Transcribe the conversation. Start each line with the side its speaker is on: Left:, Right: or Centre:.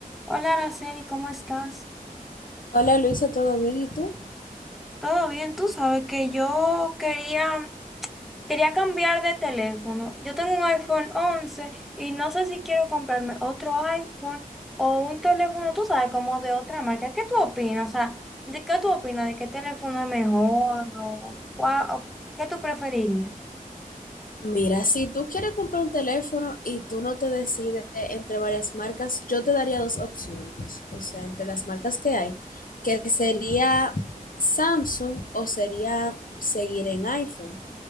Centre: Hola, Araceli, ¿cómo estás?
Left: Hola Luisa, ¿todo bien? ¿Y tú?
Centre: ¿Todo bien? Tú sabes que yo quería, quería cambiar de teléfono. Yo tengo un iPhone once y no sé si quiero comprarme otro iPhone o un teléfono, tú sabes, como de otra marca. ¿Qué tú opinas? O sea, ¿de qué tú opinas? ¿De qué teléfono es mejor? ¿O cuál- o qué tú preferirías?
Left: Mira, si tú quieres comprar un teléfono y tú no te decides entre varias marcas, yo te daría dos opciones, o sea, entre las marcas que hay, que sería Samsung o sería seguir en iPhone.